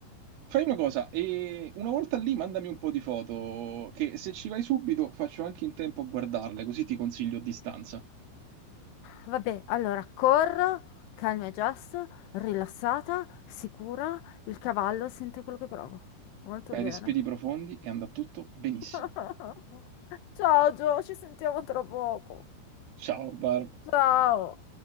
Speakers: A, on the right (about 80°); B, on the left (about 85°).
A: fai una cosa, e una volta lì mandami un po' di foto, che se ci vai subito faccio anche in tempo a guardarle, così ti consiglio a distanza.
B: vabbè, allora corro, calma e gesto, rilassata, sicura, il cavallo sente quello che provo. Molto
A: Fai
B: bene.
A: respiri profondi e andrà tutto benissimo.
B: <laughs> Ciao Gio, ci sentiamo tra poco.
A: Ciao Barb.
B: Ciao.